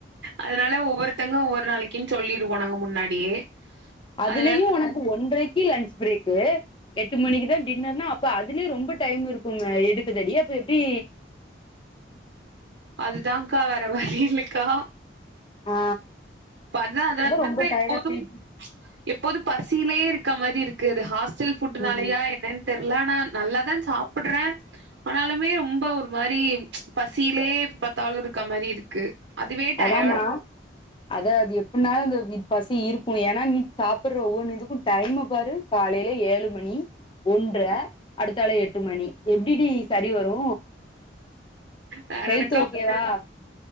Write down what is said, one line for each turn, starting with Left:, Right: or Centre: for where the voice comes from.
Right: அதனால ஒவ்வொருத்தங்க ஒவ்வொரு நாளைக்குனு சொல்லிருவோ நாங்க முன்னாடியே
Left: அதுலயு
Right: அதனால
Left: உனக்கு ஒன்றரைக்கு லன்ச் பிரேக்கு எட்டு மணிக்குதா டின்னர்னா அப்ப அதுலயு ரொம்ப டைம் இருக்குமே எடுக்கதடி அப்ப எப்டி
Right: அதுதான்கா வேற வழி இல்லக்கா
Left: ஆ
Right: இப்ப அதுதா அதனாலதா
Left: ரொம்ப டயர்டா
Right: எப்போதும்
Left: ஃபீல்
Right: எப்போது பசியிலயே இருக்க மாரி இருக்கு இந்த ஹாஸ் சில் ஃபுட் நாளயா
Left: ம்
Right: என்ன தெர்ல ஆனா நல்லாதா சாப்டுறே ஆனாலுமே ரொம்ப ஒரு மாரி பசிலயே எப்ப பாத்தாலு இருக்க மாரி இருக்கு அதுவே டயர்டா
Left: அதாமா அத அது எ முன்னாலெல்லா அந்த பசி இருக்கு ஏனா நீ சாப்டுற ஒவ்வொன்னு இதுக்கு டைமு பாரு காலைல ஏழு மணி ஒன்ற அடுத்தாள எட்டு மணி எப்டிடி சரி வரு
Right: வேற
Left: ஹெல்த்
Right: எனக்கா
Left: ஓகே
Right: பண்ண
Left: வா